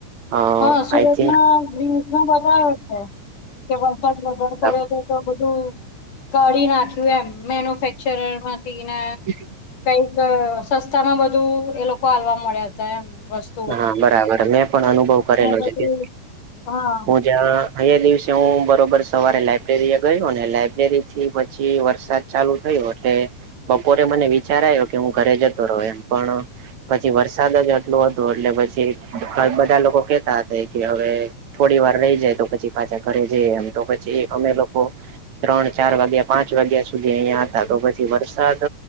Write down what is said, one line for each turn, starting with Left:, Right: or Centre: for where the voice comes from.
Right: આક.
Left: હા સુરતમાં રીલ્સમાં બતાવે છે કે વરસાદ વધારે પડ્યો
Right: <inaudible>
Left: તો બધું કાઢી નાખ્યું એમ મેન્યુફેક્ચર માંથી ને.
Right: <inaudible>
Left: કઈક સસ્તા માં બધું એ લોકો હાલવા મળ્યા હતા એમ વસ્તુ.
Right: હા બરાબર મેં પણ અનુભવ કરેલો
Left: બધું
Right: છે.
Left: હા
Right: જ્યાં અહીંયા દિવસે હું બરોબર સવારે લાયબ્રેરી એ ગયો અને લાયબ્રેરી થી પછી વરસાદ. ચાલુ થયું એટલે બપોરે મને વિચાર આવ્યો કે હું ઘરે જતો રહ્યો એમ પણ. પછી વરસાદ જ આટલું હતું એટલે પછી બધા લોકો કેતા હતા કે હવે. થોડી વાર રહી જાય તો પછી પાછા ઘરે જઈ એમ તો પછી અમે લોકો. ત્રણ ચાર વાગ્યા પાંચ વાગ્યા સુધી અહિયાં હતા તો પછી વરસાદ